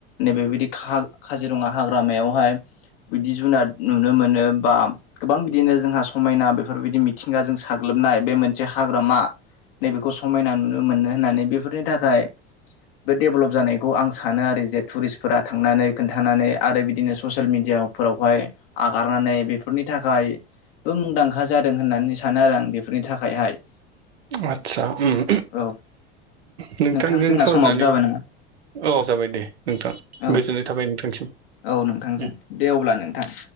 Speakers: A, on the left (about 70°); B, on the right (about 85°).
A: नैबेबायदि का काजिरङा हाग्रामायावहाय बिदि जुनाद नुनो मोनो बा गोबां बिदिनो जोंहा समायना बेफोरबायदि मिथिंगा जों साग्लोबनाय बे मोनसे हाग्रामा नैबेखौ समायना नुनो मोनो होननानै बेफोरनि थाखाय बे डेभेलप जानायखौ आं सानो आरो जे टुरिस्टफोरा थांनानै खोनन्थानानै आरो बिदिनो ससियेल मिडियाफोरावहाय आगारनानै बेफोरनि थाखाय मुंदांखा जादों होननानै सानो आरो आं बेफोरनि थाखायहाय
B: आस्सा ओम
A: औ
B: नोंथांजों
A: नोंथां जोंना
B: सावरायनानै
A: समाबो जाबाय
B: अ
A: नामा
B: जाबाय दे नोंथां गोजोननाय
A: औ
B: थाबाय नोंथांसिम
A: औ नोंथांजों
B: उम,
A: दे अब्ला नोंथां